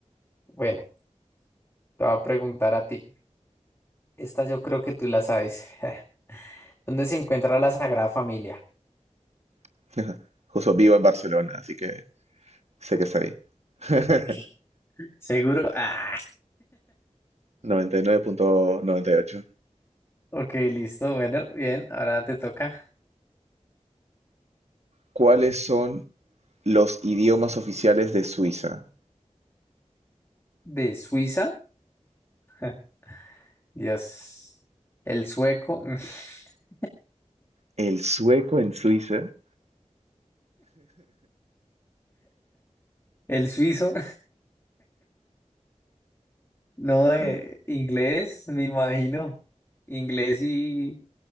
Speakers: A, on the left; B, on the right.
A: Bueno, te voy a preguntar a ti. Esta yo creo que tú la sabes. <laughs> ¿Dónde se encuentra la Sagrada Familia?
B: <laughs> Justo vivo en Barcelona, así que sé que es ahí. <laughs>
A: <laughs> Seguro. Ah,
B: 99.98.
A: ok, listo. Bueno, bien. Ahora te toca.
B: ¿Cuáles son los idiomas oficiales de Suiza?
A: ¿De Suiza? <laughs> Dios. El sueco. <laughs>
B: El sueco en Suiza
A: El suizo. No, eh,
B: mm,
A: inglés, me imagino. Inglés y,